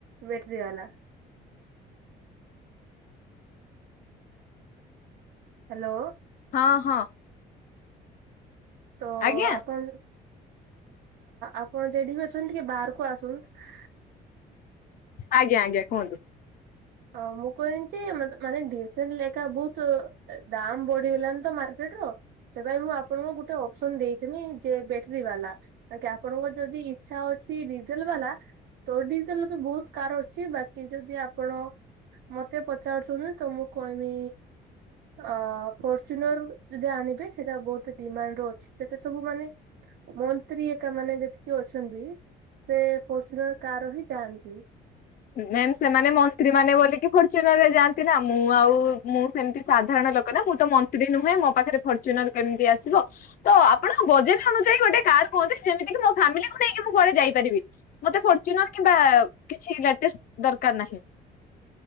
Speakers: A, on the right; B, on the left.
A: ବେଟ୍ରି ବାଲା ହାଲୋ।
B: ହଁ ହଁ।
A: ତ
B: ଆଜ୍ଞା
A: ଆପଣ୍ ଆପଣ ଯେଡେବି ଅଛନ୍ତି ଟିକେ ବାହାର୍କୁ ଆସନ୍ତୁ
B: ଆଜ୍ଞା ଆଜ୍ଞା କୁହନ୍ତୁ
A: ଆଉ ମୁଁ କହିଲି ଯେ ମାନେ <inaudible> ଲେଖା ବହୁତୁ ଦାମ୍ ବଢିଗଲାଣି ତ ମାର୍କେଟ୍ ର ସେ କହିବେ ମୁଁ ଆପଣଙ୍କୁ ଗୋଟେ ଅପସନ୍ ଦେଇଥିନି ଯେ ବ୍ୟାଟେରୀ ବାଲା ତାକି ଆପଣଙ୍କର ଯଦି ଇଚ୍ଛା ଅଛି ଡିଜେଲ୍ ବାଲା ତ ଡିଜେଲ ବି ବହୁତ କାର ଅଛି ବାକି ଯଦି ଆପଣ ମୋତେ ପଚାରୁଛନ୍ତି ତ ମୁଁ କହିବି ଅ ଫର୍ଚୁନର ଯଦି ଆଣିବେ ସେଇଟା ବହୁତ ଡିମାଣ୍ଡ ଅଛି ଯେତେ ସବୁମାନେ ମନ୍ତ୍ରୀ ହେରିକା ମାନେ ଯେତିକି ଅଛନ୍ତି ସେ ଫଚୁ଼ନର କାରରେ ହିଁ ଯାଆନ୍ତି।
B: ମ୍ୟାମ ସେମାନେ ମନ୍ତ୍ରୀ ମାନେ ବୋଲିକି ଫର୍ଚୁନରରେ ଯାଆନ୍ତି ନା ମୁଁ ଆଉ ମୁଁ ସେମିତି ସାଧାରଣ ଲୋକ ମୁଁ ତ ମନ୍ତ୍ରୀ ନୁହେଁ ମୋ ପାଖରେ ଫର୍ଚୁନର କେମିତି ଆସିବ। ତ ଆପଣ ବଜେଟ ଅନୁଯାୟୀ ଗୋଟେ କାର୍ କୁହନ୍ତୁ, ଯେମିତି କିି ମୋ ଫ୍ୟାମିଲିକୁ ନେଇକି ମୁଁ କୁଆଡ଼େ ଯାଇପାରିବି। ମୋତେ ଫର୍ଚୁନର କିମ୍ବା କିଛି ଲାଟେଷ୍ଟ୍ ଦରକାର ନାହିଁ।